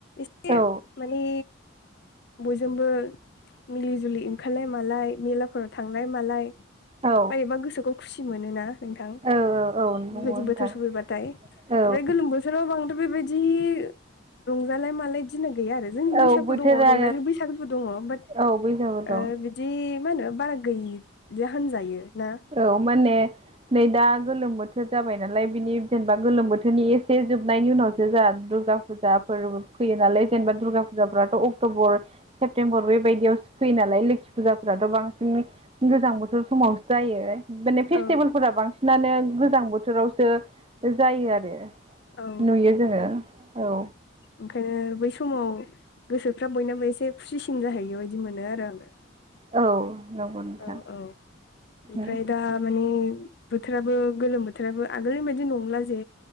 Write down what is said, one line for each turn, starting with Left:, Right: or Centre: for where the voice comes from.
Left: एसे
Right: औ
Left: माने बयजोंबो मिलि जुलि ओंखारनाय मालाय मेलाफोराव थांनाय मालाय
Right: औ
Left: मोरेबा गोसोखौ खुसि मोनोना नोंथां।
Right: औ औ नंगौ
Left: <inaudible> बेबायदि
Right: नोंथां
Left: बोथोर सफैबाथाय
Right: औ
Left: ओमफ्राय गोलोम बोथोर बोसोराव बांथ' बेबायदि रंजालाय मालाय दिना गैया आरो। जोंनि बैसागु
Right: औ बोथोरा
Left: दङ रंजालि बैसागुबो दङ बाट
Right: औ बैसागु दं
Left: ओ बिदि मा होनो बारा गैदि होनजायो ना।
Right: औ माने नै दा गोलोम बोथोर जाबाय नालाय बिनि जेनेबा गोलोम बोथोरनि एसे जोबनायनि उनावसो जोंहा दुर्गा फुजाफोरबो फैयो नालाय जेनेबा दुर्गा फुजाफ्राथ' अक्ट'बर सेप्तेम्बर बे बायदियावसो फैयो नालाय लोखि फुजाफोराथ' बांसिन गोजां बोथोर समाव जायो माने फेस्टिभेलफोरा
Left: औ
Right: बांसिनानो गोजां बोथोरावसो जायो आरो।
Left: औ
Right: नुयो जोङो औ।
Left: ओंखायनो बै समाव गोसोफ्रा बयनाबो एसे खुसिसिन जाहैयो बायदि मोनो आरो आङो।
Right: औ नंगौ नोंथां
Left: औ औ ओमफ्राय
Right: उम
Left: दा माने बोथोराबो गोलोम बोथोराबो आगोलनि बायदि नंला जे